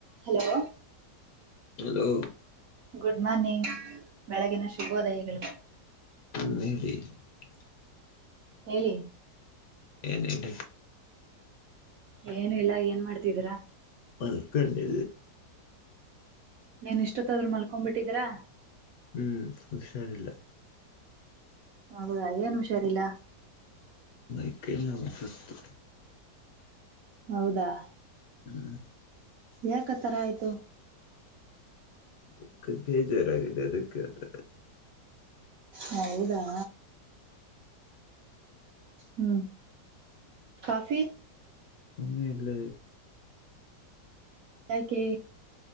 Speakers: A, on the right; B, on the left.
A: Hello
B: hello
A: good morning ಬೆಳಗಿನ ಶುಭೋದಯಗಳು.
B: ಅ
A: ಹೇಳಿ
B: ಏನ್ ಹೇಳಿ
A: ಏನ ಇಲ್ಲ ಏನ್ ಮಾಡ್ತಿದೀರಾ
B: ಹಲ್ಕಲ್ಲಿ
A: ನೀನ್ ಇಷ್ಟತ್ ಆದ್ರರು ಮಲ್ಕೊಬಿಟ್ಟಿದಿರಾ
B: ಹ್ಮ್ ಹುಷಾರಿಲ್ಲ
A: ಹೌದಾ ಏನ್ ಹುಷಾರಿಲ್ಲ
B: ಮೈಕೈ ನೋವು ಸುಸ್ತ್
A: ಹೌದಾ
B: ಹ್ಮ್
A: ಯಾಕ ತರ ಆಯ್ತು
B: ದುಃಖ ಭೇಜಾರಾಗಿದೆದಕ್ಕೆತ
A: ಹೌದಾ ಹ್ಮ್ ಕಾಫಿ
B: ಹ್ಮ ಇಲ್ಲ
A: ಯಕೆ